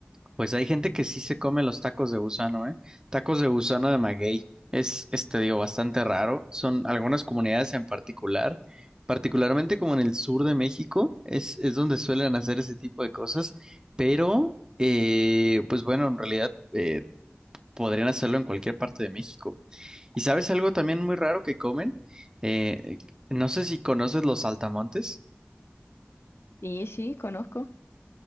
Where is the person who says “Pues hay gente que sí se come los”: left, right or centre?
Right